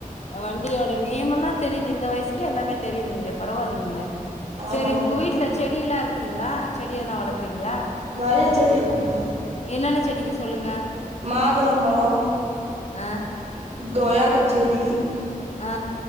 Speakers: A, on the left; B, on the right.
A: வண்டியோட நேம் எல்லா தெரிது இந்த வயசுக்கே எல்லாமே தெரிதுங்ளே பரவால்லைங்ளே
B: ஆமாங்க
A: சேரி உங்க வீட்ல செடியெல்லா இருக்குதுங்ளா செடியென்னு வளக்குறீங்ளா
B: நெறையா செடி இருக்குங்க
A: என்னென்ன செடிக சொல்லுங்க
B: மாதுளம்பழம்
A: அ
B: கொயாக்கா செடி
A: அ